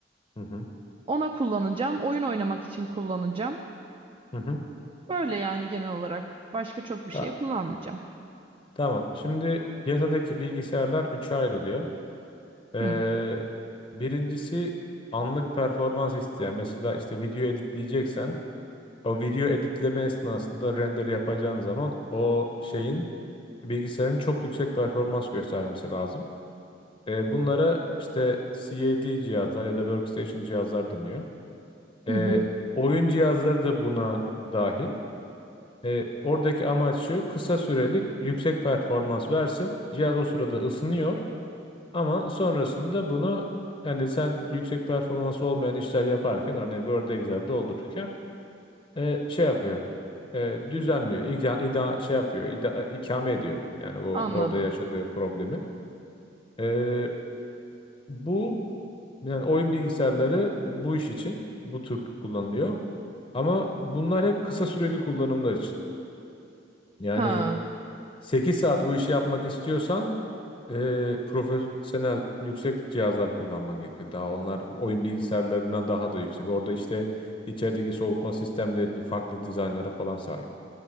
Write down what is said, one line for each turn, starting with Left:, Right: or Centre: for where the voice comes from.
Left: hı hı
Right: Ona kullanacağım. Oyun oynamak için kullanacağım.
Left: hı hı.
Right: Böyle yani genel olarak. Başka çok bir
Left: Ta-
Right: şeye kullanmayacağım.
Left: tamam. Şimdi piyasadaki bilgisayarlar üçe ayrılıyor. Ee,
Right: Hı.
Left: birincisi anlık performans isteyen. Mesela işte video editleyeceksen O video editleme esnasında render yapacağın zaman o şeyin bilgisayarın çok yüksek performans göstermesi lazım. E, bunlara işte CAD cihazlar ya da workstation cihazlar deniyor.
Right: Hı
Left: E,
Right: hı.
Left: oyun cihazları da buna dahil. E, oradaki amaç şu kısa sürelik yüksek performans versin. Cihaz o sırada ısınıyor ama sonrasında bunu hani sen yüksek performans olmayan işler yaparken örneğin Word Excel doldururken e, şey yapıyor. E, düzenliyor. İda, ida- şey yapıyor. ida- ikame ediyor. Yani o
Right: Anladım.
Left: orada yaşadığı problemi. E, bu yani oyun bilgisayarları e, bu iş için bu tür kullanılıyor. Ama bunlar hep kısa süreli kullanımlar için. Yani
Right: Ha.
Left: 8 saat bu işi yapmak istiyorsan e, profesyonel yüksek cihazlar kullanman gerekiyor. Daha onlar oyun bilgisayarlarından daha da yüksek. Orada işte içerideki soğutma sistemleri farklı dizaynlara falan sahip.